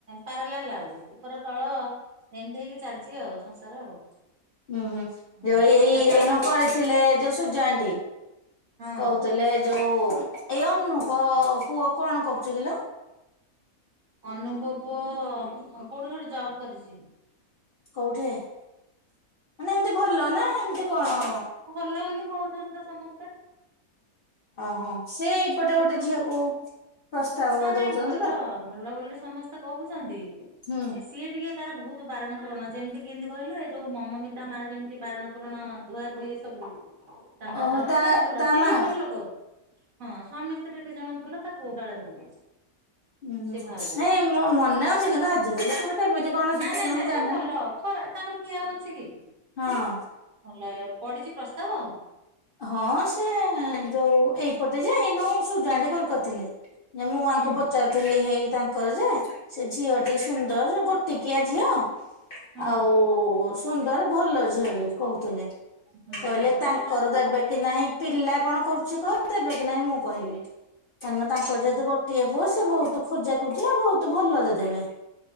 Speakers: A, on the right; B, on the left.
A: ପାରାଲାଲ ଆଉ ଉପର ତଳ ଏମିତି ହେଇକି ଚାଲିଚି ଆଉ ସଂସାର ଆଉ। <unintelligible>
B: ହୁଁ। ଯୋଉ ଏଇ ଏଇନୁ କରିଥିଲେ ଯୋଉ ସୂର୍ଯଆନ୍ତି
A: ହଁ
B: କହୁଥିଲେ ଯୋଉ ଏଇ ଅନୁପ ପୁଅ କଣ କରୁଚି କିିଲୋ?
A: ଅନୁଙ୍କ ପୁଅ କୋଉଠି ଗୋଟେ ଜବ କରିଚି।
B: କୋଉଠି ମାନେ ଏମିତି ଭଲ ନା ଏମିତି କଣ?
A: ଭଲ ବୋଲି କହୁଚନ୍ତି ତ ସମସ୍ତେ।
B: ଓହୋ। ଏଇପଟେ
A: କିନ୍ତୁ
B: ଗୋଟେ ଝିଅକୁ ପ୍ରସ୍ତାବ
A: ହଁ ନାଇଁ
B: ଦଉଛନ୍ତି
A: ଭଲ
B: ତ
A: ଭଲ ବୋଲି ସମ ସ୍ତେ କହୁଚନ୍ତି।
B: ହୁଁ
A: ସିଏ ଟିକେ ତାର ବହୁତ ବାରଣ ପୁରଣ ଯେମିତି କେମିତି କହିଲୁ ଏ ଯୋଉ ମମମିତା ମା ଯେମିତି ବାରଣ ପୁରଣ ଧୁଆ ଧୁଇ ସବୁ ତା ମାର
B: ଓହୋ
A: ନହେଲେ
B: ତା
A: ଭଲ
B: ତା
A: ସିଏ
B: ମା?
A: ବି ଭଲ ଲୋକ। ହଁ ସ୍ୱାମୀ ସ୍ତ୍ରୀ ଦି ଜଣ ଭଲ ତା ପୁଅ କାଳେ ଭଲ।
B: ଉୁଁ
A: ସେ ଭାଉଜ।
B: ନାଇଁ ମୋ ମନେ ଅଛି କି ନା ଆଜିକାଲି ମେ କେମିତି କଣ ସିଚୁଏସନ
A: ନା ନା ନା
B: ମୁଁ ଜାଣିନି
A: ସେ ଭଲ ଖରା ତାଙ୍କର କିଏ ଅଛି କି?
B: ହଁ।
A: ଭଲ ପଢିଚି ପ୍ରସ୍ତାବ?
B: ହଁ ସେ ଯୋଉ ଏଇପଟେ ଯେ ଏଇନୁ ସୁୂଜାଟି କଲ କରିଥିଲେ। ଯେ ମୁଁ ଆଙ୍କୁ
A: ହୁଁ
B: ପଚାରୁଥିଲି ହେଇ ତାଙ୍କର ଯେ ସେ ଝିଅ ଟିକେ ସୁନ୍ଦର ଗୋ ଟିକିଆ ଝିଅ
A: ହୁଁ
B: ଆଉ ସୁନ୍ଦର ଭଲ ଝିଅ ବି କହୁଥିଲେ।
A: ହୁଁ
B: କହିଲେ
A: ହୁଁ
B: ତାଙ୍କର
A: ନା <unintelligible>
B: ଦେବେ କି ନାହିଁ ପିଲା କଣ କରୁଚି କହ ତବେ କି ନାହିଁ ମୁଁ କହିବି। କାହିଁକି ନା ତାଙ୍କ ଯେହେତୁ ଗୋ ଟିଏ ପୁ ସେ ବହୁତ ଖୋଜା ଖୋଜି ଆଉ ବହୁତ ଭଲରେ ଦେବେ।